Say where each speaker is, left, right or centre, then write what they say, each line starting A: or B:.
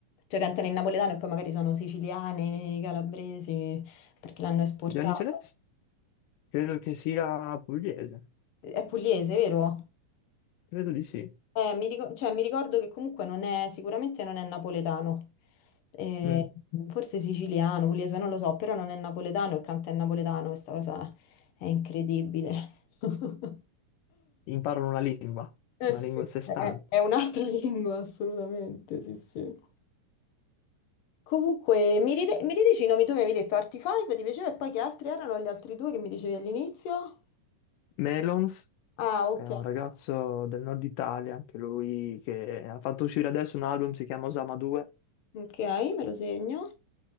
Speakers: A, on the left (about 65°); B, on the left (about 85°).
A: cioè cantano in napoletano e poi magari sono siciliani, calabresi, perché l'hanno esportato.
B: Gianni Celeste? Credo che sia pugliese.
A: È pugliese, vero?
B: Credo di sì.
A: Eh, mi ricor- cioè, mi ricordo che comunque non è, sicuramente non è napoletano, Eh,
B: Mm.
A: forse siciliano, pugliese, non lo so, però non è napoletano e canta in napoletano, questa cosa è incredibile. <laughs>
B: imparano una lingua,
A: Eh
B: una
A: sì,
B: lingua a sé stante.
A: è, è un'altra <laughs> lingua, assolutamente, sì, sì. Comunque, mi, ride- mi ridici i nomi, tu mi avevi detto Artifive, ti piaceva, e poi che altri erano gli altri due che mi dicevi all'inizio?
B: Melons
A: Ah, ok,
B: è un ragazzo del nord Italia, anche lui che ha fatto uscire adesso un album, si chiama Osama 2,
A: ok, me lo segno.